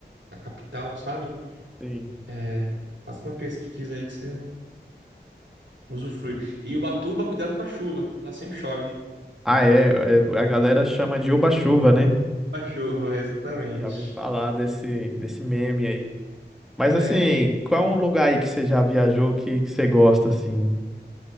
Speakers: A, on the right (about 80°); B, in the centre.
A: na capital, sabe?
B: Sim.
A: É, faça uma pesquisa aí que você usufrui. E Ubatuba, cuidado com a chuva, que lá sempre chove.
B: Ah, é, é, a galera chama de Uba-chuva, né?
A: Com A chuva, <laughs> exatamente.
B: Já ouvi falar desse, desse meme aí. Mas
A: É.
B: assim, qual é um lugar aí que você já viajou que, que você gosta, assim?